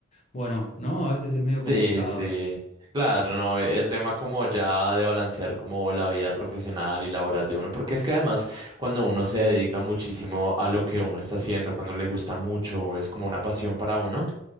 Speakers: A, on the left; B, on the right.
A: Bueno, ¿no? A veces es medio complicado
B: Sí, sí.
A: eso.
B: Claro, no, e- el tema como ya de balancear como la vida profesional y laboral de uno, porque es que además cuando uno se dedica muchísimo a lo que uno está haciendo, cuando le gusta mucho, es como una pasión para uno,